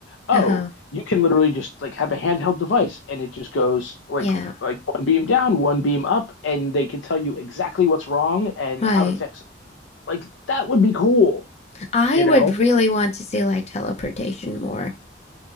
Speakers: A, on the left (about 85°); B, on the left (about 35°).
A: oh,
B: uh-huh
A: you can literally just like have a handheld device and it just goes like
B: yeah
A: like one beam down, one beam up, and they can tell you exactly what's wrong and
B: right
A: how to fix it. Like that would be cool,
B: I
A: you
B: would
A: know?
B: really want to see like teleportation more.